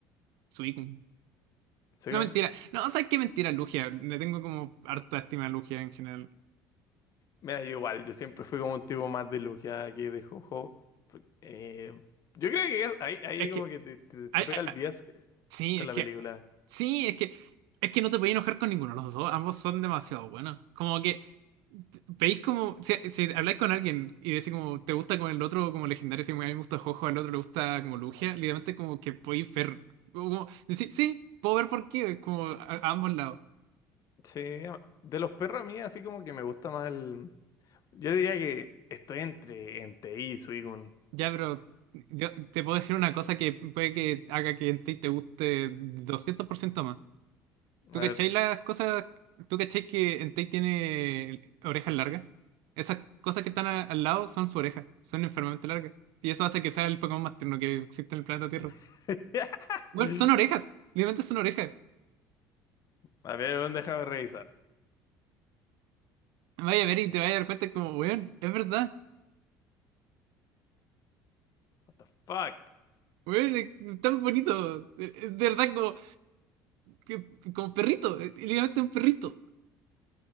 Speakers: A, on the right; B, on the left.
A: Suicune.
B: ¿sí,
A: No,
B: weón?
A: mentira. No, ¿sabes qué? Mentira, Lugia. Le tengo como harta estima a Lugia en general.
B: Mira, yo igual, yo siempre fui como un tipo más de logia que de jojo. Pues, eh, yo creo que es- ahí, ahí
A: Es que
B: como que te, te- te
A: hay, hay-
B: pega el bias que-
A: Sí,
B: con
A: es
B: la
A: que.
B: película.
A: Sí, es que. Es que no te podías enojar con ninguno de los dos. Ambos son demasiado buenos. Como que. Veis como. Si, si habláis con alguien y decís como. Te gusta como el otro, como legendario. Si a mí me gusta Jojo, al otro le gusta como Lugia. Literalmente como que podéis ver. Como, decir, sí, puedo ver por qué. Como a, a ambos lados.
B: Sí, de los perros a mí así como que me gusta más el... Yo diría que estoy entre Entei y Suicune.
A: Ya, pero. Yo te puedo decir una cosa que puede que haga que en ti te guste 200% más. ¿Tú
B: A
A: cachai
B: ver.
A: las cosas? ¿Tú cachai que Entei tiene orejas largas? Esas cosas que están a- al lado son su oreja, son enfermamente largas. Y eso hace que sea el Pokémon más tierno que existe en el planeta Tierra.
B: <laughs>
A: Bueno, son orejas, literalmente son orejas.
B: A ver, weón, déjame revisar.
A: Vaya a ver y te vaya a dar cuenta como, weón, es verdad.
B: What the fuck?
A: Weón, es tan bonito. Es es de verdad como, que- como perrito, es literalmente un perrito.